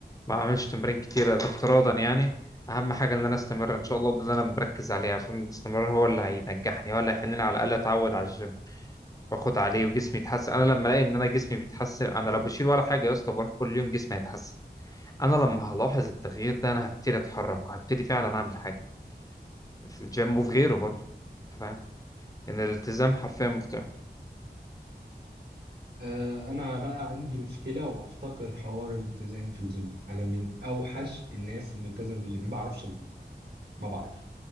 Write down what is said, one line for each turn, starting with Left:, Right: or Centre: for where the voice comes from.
Left: ما بعملش تمارين كتيره ده افتراضا يعني اهم حاجه ان انا استمر ان شاء الله ده اللي انا مركز عليه عشان الاستمرار هو اللي هينجحني هو اللي هيخليني على الاقل اتعود على الجيم واخد عليه وجسمي يتحسن انا لما الاقي ان انا جسمي بيتحسن انا لو بشيل ولا حاجه يا اسطى بروح كل يوم جسمي هيتحسن انا لما هلاحظ التغيير ده انا هبتدي اتحرك وهبتدي فعلا اعمل حاجه في الجيم وفي غيره برضه انت فاهم ان الالتزام حرفيا مفتاح
Right: أه أنا بقى عندي مشكلة وأفتقر حوار الالتزام في الجيم أنا من أوحش الناس الملتزمة في الجيم ما بعرفش ألتزم. ما بعرفش